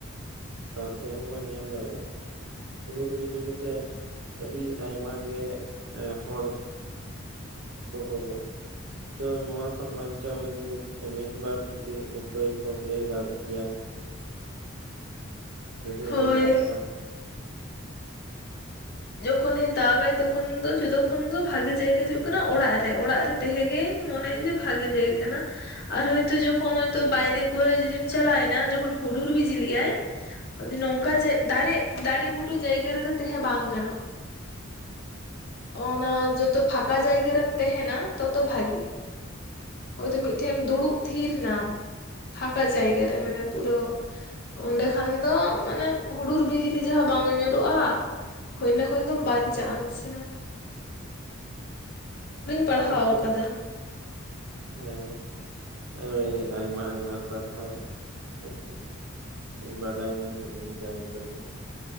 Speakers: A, on the right; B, on the left.
A: ᱥᱟᱶᱛᱮ ᱟᱵᱟ ᱵᱚᱱ ᱧᱮᱞ ᱫᱟᱲᱮᱜᱼᱟ ᱾ ᱦᱩᱰᱩᱨ ᱵᱤᱡᱽᱞᱤ ᱛᱮ ᱟᱹᱰᱤ ᱟᱭᱢᱟ ᱜᱮ ᱮᱸ ᱦᱚᱲ ᱠᱚ ᱠᱚ ᱜᱚ ᱛᱚ ᱱᱚᱣᱟ ᱠᱷᱚᱱ ᱵᱟᱧᱪᱟᱣ ᱞᱟᱹᱜᱤᱫ ᱢᱤᱫ ᱵᱟᱨ ᱡᱩᱫᱤ ᱩᱯᱟᱹᱭ ᱠᱚᱢ ᱞᱟᱹᱭ ᱫᱟᱲᱮᱜ ᱠᱮᱭᱟ ᱾ ᱡᱩᱫᱤᱢ
B: ᱦᱳᱭ
A: ᱞᱟᱹᱭ ᱫᱟᱲᱮᱜ ᱠᱷᱟᱱ ᱾
B: ᱡᱚᱠᱷᱚᱱ ᱮ ᱫᱟᱜᱟᱭ ᱛᱚᱠᱷᱚᱱ ᱫᱚ ᱡᱚᱛᱚ ᱠᱷᱚᱱ ᱫᱚ ᱵᱷᱟᱜᱤ ᱡᱟᱭᱜᱟ ᱫᱚ ᱦᱳᱜ ᱠᱟᱱᱟ ᱚᱲᱟᱜ ᱨᱮ, ᱚᱲᱟᱜ ᱨᱮ ᱛᱮᱦᱮ ᱜᱮᱧ ᱢᱚᱱᱮᱭᱟ ᱡᱮ ᱵᱷᱟᱜᱮ ᱡᱟᱭᱜᱟ ᱠᱟᱱᱟ ᱾ ᱟᱨ ᱦᱚᱭ ᱛᱚ ᱡᱠᱷᱚᱱ ᱦᱚᱭ ᱛᱚ ᱵᱟᱭᱨᱮ ᱠᱚᱨᱮ ᱡᱩᱫᱤᱢ ᱪᱟᱞᱟᱭᱱᱟ ᱡᱠᱷᱚᱱ ᱦᱩᱰᱩᱨ ᱵᱤᱡᱽᱞᱤ ᱭᱟᱭ ᱾ ᱱᱚᱝᱠᱟ ᱡᱮ ᱫᱟᱨᱮ ᱫᱟᱨᱮ ᱵᱩᱴᱟᱹ ᱡᱟᱭᱜᱟ ᱨᱮᱫᱚ ᱛᱟᱦᱮᱸ ᱵᱟᱝ ᱜᱟᱱᱚᱜ ᱾ ᱚᱱᱟ ᱡᱚᱛᱚ ᱯᱷᱟᱠᱟ ᱡᱟᱭᱜᱟ ᱨᱮᱢ ᱛᱟᱦᱮᱱᱟ ᱛᱚᱛᱚ ᱵᱷᱟᱜᱮ ᱾ ᱦᱳᱭᱛᱳ ᱢᱤᱫ ᱴᱷᱮᱱ ᱫᱩᱲᱩᱜ ᱛᱷᱤᱨ ᱱᱟᱢ ᱯᱷᱟᱸᱠᱟ ᱡᱟᱭᱜᱟ ᱨᱮ ᱢᱟᱱᱮ ᱯᱩᱨᱟᱹ ᱚᱸᱰᱮ ᱠᱷᱟᱱ ᱫᱚ ᱢᱟᱱᱮ ᱦᱩᱰᱩᱨ ᱵᱤᱡᱽᱞᱤ ᱡᱟᱦᱟᱸ ᱵᱟᱝ ᱧᱩᱨᱚᱜᱼᱟ ᱾ ᱦᱩᱭᱱᱟ ᱠᱷᱚᱱ ᱫᱚᱢ ᱵᱟᱱᱪᱟᱜᱼᱟ ᱱᱟᱥᱮᱱᱟᱜ ᱾ ᱯᱟᱲᱦᱟᱣ
A: ᱛᱟᱨᱯᱚᱨᱮ
B: ᱟᱠᱟᱫᱟ
A: ᱦᱮᱸ ᱾ ᱟᱹᱭ ᱟᱭᱢᱟ ᱟᱭᱢᱟ ᱥᱟᱨᱦᱟᱣ! ᱦᱮᱸᱥᱮ ᱤᱧ ᱵᱟᱰᱟᱭ ᱧᱟᱢ ᱠᱤᱫᱤᱧ ᱡᱟᱜᱮ ᱠᱟᱹᱴᱤᱡ ᱾